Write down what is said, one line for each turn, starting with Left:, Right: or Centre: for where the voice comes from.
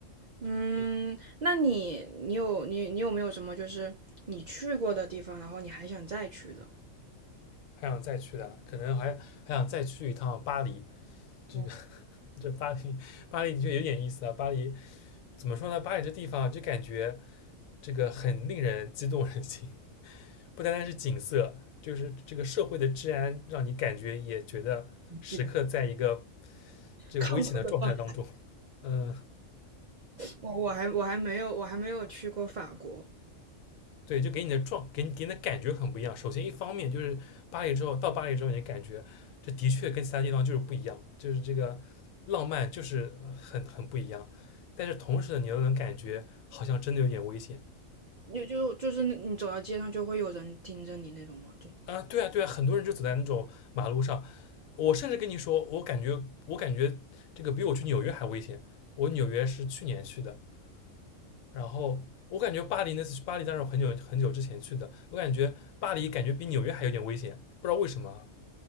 Right: 嗯，那你你有你你有没有什么就是你去过的地方，然后你还想再去的？
Left: 还想再去的，可能还还想再去一趟巴黎。这个
Right: 哦，
Left: 这巴黎巴黎的确有点意思啊，巴黎怎么说呢？巴黎这地方就感觉这个很令人激动人心，不单单是景色，就是这个社会的治安，让你感觉也觉得时刻在一个
Right: 你记得
Left: 这个危险的状态当中。
Right: 亢奋的话，
Left: 嗯，
Right: 我我还我还没有我还没有去过法国，
Left: 对，就给你的状，给你给你的感觉很不一样。首先，一方面就是巴黎之后，到巴黎之后，你感觉这的确跟其他地方就是不一样，就是这个浪漫就是很很不一样。但是同时呢，你又能感觉好像真的有点危险。
Right: 就就就是你走到街上就会有人盯着你那种吗？就
Left: 啊，对啊，对啊，很多人就走在那种马路上。我甚至跟你说，我感觉我感觉这个比我去纽约还危险。我纽约是去年去的，然后我感觉巴黎那次去巴黎，当时我很久很久之前去的，我感觉巴黎感觉比纽约还有点危险，不知道为什么啊。